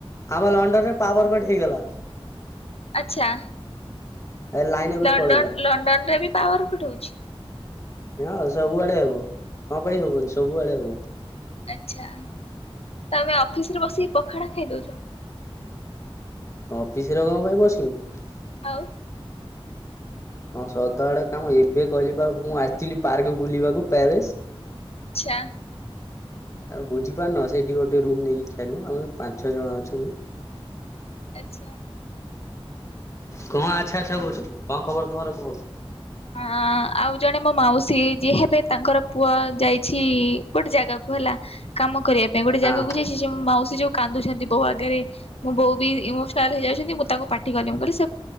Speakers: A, on the left (about 30°); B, on the left (about 80°).
A: ଆମ ଲଣ୍ଡନ ରେ ପାୱରକଟ୍ ହେଇଗଲା।
B: ଆଚ୍ଛା।
A: ଏ ଲାଇନ୍ ଏବେ
B: ଲଣ୍ଡନ୍
A: ପଳେଇଲା।
B: ଲଣ୍ଡନ୍ ରେ ବି ପାୱାର କଟ୍ ହଉଚି?
A: ହଁ ସବୁଆଡେ ହବ କଁ ପାଇଁ ହବନି ସବୁଆଡେ ହବ।
B: ଆଚ୍ଛା ତମେ ଅଫିସ୍ ରେ ବସିକି ପଖାଳ ଖାଇଦଉଚ?
A: ଅଫିସ୍ ରେ କଁ ପାଇଁ ବସିବି।
B: ଆଉ।
A: କଁ ସଦାବଳେ କାମ ଏବେ କହିଲି ପା ମୁଁ ଆସିଥିଲି ପାର୍କ ବୁଲିବାକୁ ପ୍ୟାରେସ୍।
B: ଚ୍ଛା।
A: ଆଉ ବୁଝିପାରୁନ ସେଇଟି ଗୋଟେ ରୁମ୍ ନେଇକି ଖେଲୁ ଆମେ ପାଞ୍ଚ ଜଣ ଅଛନ୍ତି।
B: ଆଚ୍ଛା।
A: କଁ ଆଚ୍ଛା ଆଚ୍ଛା କହୁଚ କଁ ଖବର ତମର କୁହ?
B: ହଁ ଆଉ ଜଣେ ମୋ ମାଉସୀ ଯିଏ ହେବେ ତାଙ୍କର ପୁଅ ଯାଇଛି ଗୋଟେ ଜାଗାକୁ ହେଲା। କାମ କରିବା ପାଇଁ ଗୋଟେ
A: ହଁ
B: ଜାଗାକୁ ଯାଇସି ମାଉସୀ ଯୋଉ କାନ୍ଦୁଛନ୍ତି ବୋଉ ଆଗେରେ। ମୁଁ ବୋଉ ବି ଇମୋସନାଲ ହେଇଯାଉଛନ୍ତି ମୁଁ ତାକୁ ପା ଟି କଲି ମୁ କହିଲି ସେ